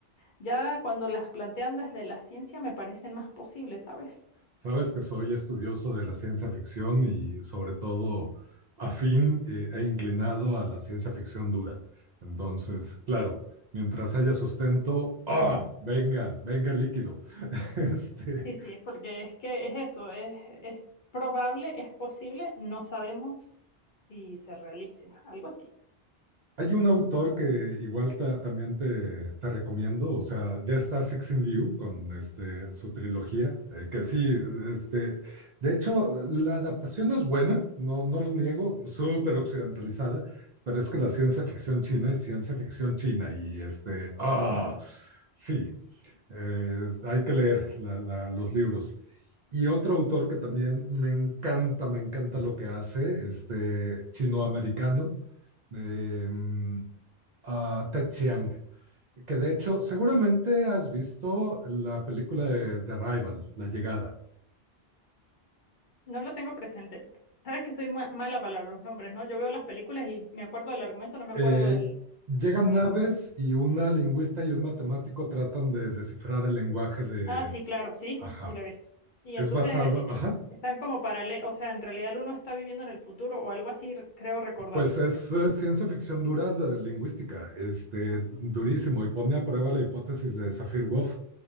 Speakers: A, on the left; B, on the right.
A: ya cuando las plantean desde la ciencia me parecen más posibles, ¿sabes?
B: Sabes que soy estudioso de la ciencia ficción y sobre todo afín eh, e inclinado a la ciencia ficción dura. Entonces, claro, mientras haya sustento, ¡ah! Venga, venga el líquido. <laughs> Este,
A: Sí, sí, porque es que es eso, es, es probable, es posible, no sabemos si se realice, algo así.
B: Hay un autor que igual ta- también te, te recomiendo, o sea, ya está Cixin Liu con este, su trilogía, eh, que sí, este, de hecho, la adaptación es buena, no, no lo niego, súper occidentalizada, pero es que la ciencia ficción china es ciencia ficción china y este, ah, sí, eh, hay que leer la- la- los libros. Y otro autor que también me encanta, me encanta lo que hace, este, chinoamericano. americano a Ted Chiang, que de hecho seguramente has visto la película de The Arrival, La Llegada.
A: No lo tengo presente. Sabes que soy ma- mala para los nombres, ¿no? Yo veo las películas y me acuerdo del argumento, no me
B: Eh,
A: acuerdo del,
B: llegan
A: del
B: naves
A: nombre.
B: y una lingüista y un matemático tratan de descifrar el lenguaje de...
A: Ah, sí, claro, sí, sí,
B: Ajá.
A: sí, sí, la he visto. Y
B: Es
A: entonces
B: basado,
A: eh,
B: ajá,
A: están como paralelos, o sea, en realidad uno está viviendo en el futuro o algo así, re- creo recordar.
B: pues es
A: Sí.
B: eh, ciencia ficción dura de lingüística, este,
A: Ujú,
B: durísimo, y pone a prueba la hipótesis de Sapir-Whorf,